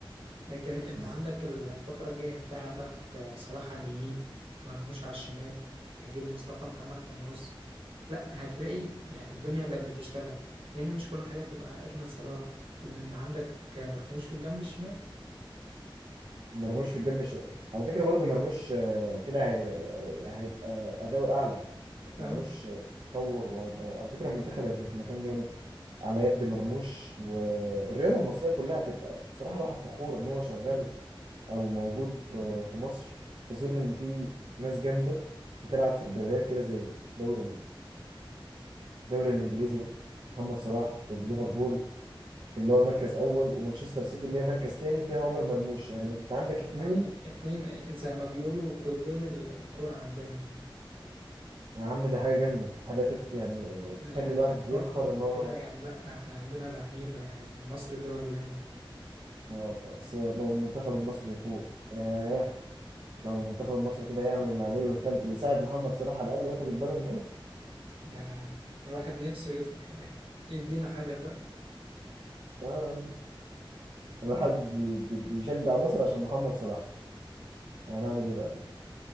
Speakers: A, on the right; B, on the right.
A: لكن انت
B: ز-
A: عندك الفترة الجاية هتلاقي عندك صلاح على اليمين مرموش على الشمال هيجيب مصطفى محمد في النص لا هتلاقي يعني الدنيا بقت بتشتغل هنا مش كل حاجة تبقى ارمي لصلاح لأن عندك مرموش في الجنب الشمال
B: مرموش في الجيب مش على فكره برضو مرموش آه، كده هي... هيبقى اداؤه اعلى مرموش
A: أهو
B: طور و... على فكره المنتخب هيكون في مكان جامد على يد مرموش والرياضه المصريه كلها هتبقى بصراحه الواحد فخور ان هو شغال او موجود في في مصر في ظل ان في ناس جامده بتلعب في الدوريات كده زي دوري الدوري الانجليزي ده محمد صلاح في ليفربول
A: مم.
B: اللي هو مركز اول ومانشستر سيتي اللي هي مركز تاني فيها عمر مرموش يعني انت عندك اتنين
A: يعني اتنين زي ما بيقولوا قطبين ال- الكرة عندنا هنا
B: يا عم ده حاجه جامده حاجه تف يعني
A: يعني
B: تخلي الواحد
A: فخر
B: يفخر
A: وكده
B: ان هو
A: يعني لا احنا عندنا لعيبة يعني مصر الدول الهادئة
B: آه، بس لو المنتخب المصري يفوق ياه لو المنتخب المصري كده يعمل اللي عليه ويخلي ويساعد محمد صلاح على الاقل ياخد البالون دور
A: ده الواحد نفسه يفرح يا أخي يدينا حاجة بقى
B: آه، الواحد بي- بي- بيشجع مصر عشان محمد صلاح هنعمل ايه بقى؟